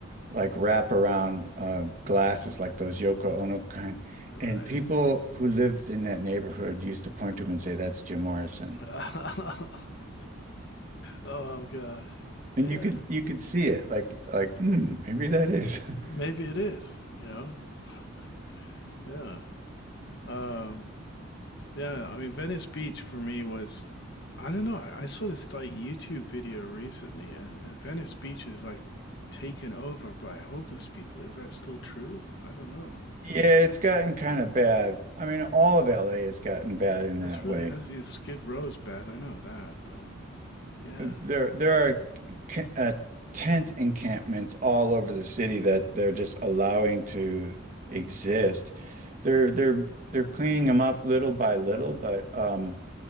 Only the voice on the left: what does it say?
right.
<laughs> Oh God.
Yeah.
Maybe it is, you know. <laughs> Yeah. Um, yeah, I mean Venice Beach for me was I don't know, I, I saw this like YouTube video recently and, and Venice Beach is like taken over by homeless people. Is that still true? I don't know.
That's
really
that's yeah, Skid Row's bad, I know that, but yeah.